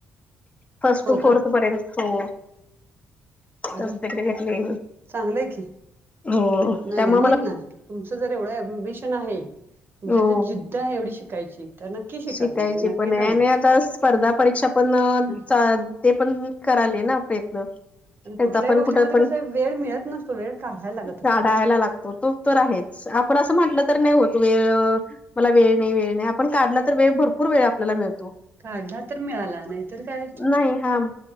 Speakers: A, on the left (about 25°); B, on the right (about 45°).
A: फर्स्ट
B: हो
A: टू फोर्थ
B: का
A: पर्यंत हो
B: अरे
A: सब्जेक्ट घेतले
B: चांगलंय की
A: हो
B: नाही
A: त्यामुळे
B: नाही होईल
A: मला
B: ना तुमचं जर एवढं अमबिशन आहे म्हणथ
A: हो
B: जिद्द आहे एवढी शिकायची तर नक्की शिकाल
A: शिकायची
B: तुम्ही नक्की
A: पण
B: जमेल
A: आहे आणि आता स्पर्धा परीक्षा पण
B: आणि
A: ते पण कराले ना प्रयत्न त्याचा
B: आणि कुठल्याही
A: पण
B: गोष्टीमध्ये
A: कुठं पण
B: कसा वेळ मिळत नसतो वेळ काढायला लागत असतो
A: ढायला लागतो तो तर आहे आपण असं म्हटलं तर नाही होतो वेळ मला वेळ नाही वेळ नाही आपण काढला तर वेळ भरपूर वेळ आपल्याला मिळतो
B: काढला तर मिळाला नाहीतर काय
A: नाही हाग